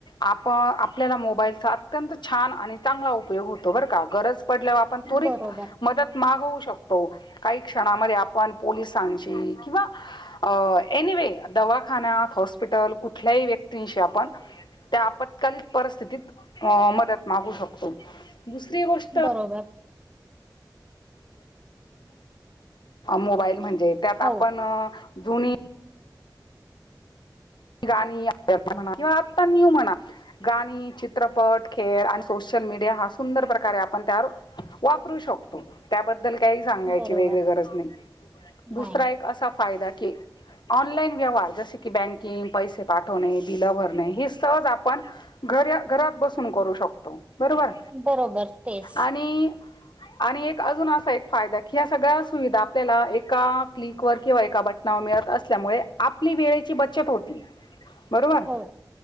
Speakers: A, on the left (about 75°); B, on the right (about 15°).
A: आपन आपल्याला मोबाईलचा अत्यंत छान आणि चांगला उपयोग होतो बरं का गरज पडल्यावर आपण त्वरित
B: बरोबर
A: मदत मागु शकतो काही क्षणांमध्ये आपण पोलिसांची किंवा आ एनीवे दवाखान्यात हॉस्पिटल कुठल्याही व्यक्तींशी आपण त्या आपत्कालीन परिस्थितीत अ मदत मागू शकतो दुसरी गोष्ट
B: बरोबर
A: मोबाईल म्हणजे त्यात
B: हो
A: आपण जुनी गाणी म्हणा किंवा आता न्यू म्हणा गाणी चित्रपट खेळ आणि सोशल सोशल मीडिया हा सुंदर प्रकार आहे आपण त्यावर वापरू शकतो त्याबद्दल बद्दल काही सांगायची
B: बरोबर
A: वेगळी गरज नाही दुसरा
B: नाही
A: एक असा फायदा की ऑनलाईन व्यवहार जसे की बँकिंग पैसे पाठवणे बिलं भरणे हे सहज आप आपण घर घरात बसून करू शकतो बरोबर
B: बरोबर तेच
A: आणि आणि एक अजून असा एक फायदा की या सगळ्या सुविधा आपल्याला एका क्लिक वर किंवा एका बटना मिळत असल्यामुळे आपली वेळेची बचत चतुर्थी बरोबर
B: हो